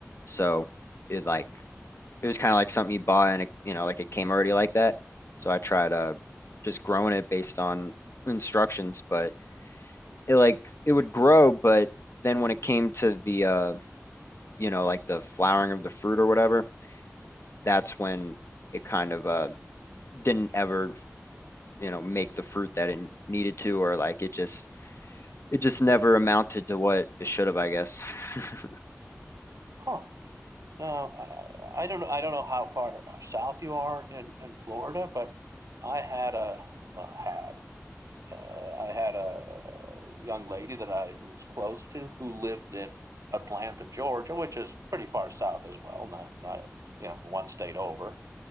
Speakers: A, on the left; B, on the right.
A: So it like it was kind of like something you buy and it, you know, like it came already like that. So I tried uh just growing it based on instructions, but it like it would grow, but then when it came to the uh, you know, like the flowering of the fruit or whatever, that's when it kind of uh didn't ever you know make the fruit that it needed to or like it just it just never amounted to what it should have i guess <laughs>
B: Huh. No, I, I don't know. I don't know how far south you are in, in Florida, but I had a well, had uh, I had a young lady that I was close to who lived in Atlanta, Georgia, which is pretty far south as well, not not you know one state over.